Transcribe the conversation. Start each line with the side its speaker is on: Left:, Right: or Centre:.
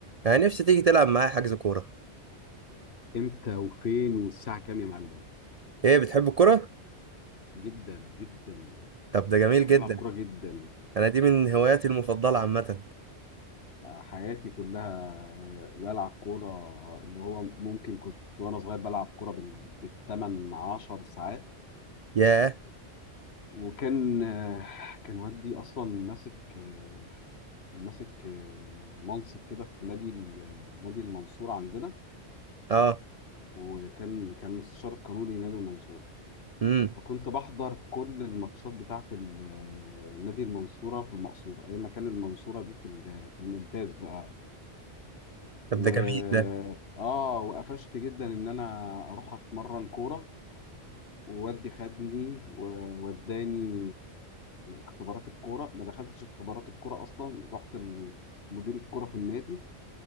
Right: انا نفسي تيجي تلعب معايا حجز كورة
Left: امتى وفين والساعة كام يا معلم
Right: ايه بتحب الكورة
Left: جدا جدا
Right: طب ده جميل
Left: وبحب
Right: جدا
Left: العب كورة جدا
Right: انا دي من هواياتي المفضلة عامة
Left: حياتي كلها بلعب كورة اللي هو ممكن كنت وانا صغير بلعب كورة بال- بالتمن عشر ساعات
Right: ياه
Left: وكان آه، كان والدي اصلا ماسك آه، كان ماسك آه، منصب كده في نادي ال- نادي المنصورة عندنا
Right: اه
Left: وكان كان مستشار قانوني نادي المنصورة
Right: امم
Left: وكنت بحضر كل الماتشات بتاعت ال- نادي المنصورة في المقصورة أيام ما كان المنصورة دي في ال- في الممتاز بقى
Right: طب
Left: و
Right: ده جميل ده
Left: آه وقفشت جدا إن أنا أروح أتمرن كورة ووالدي خدني ووداني اختبارات الكورة ما دخلتش اختبارات الكورة أصلا رحت لمدير الكورة في النادي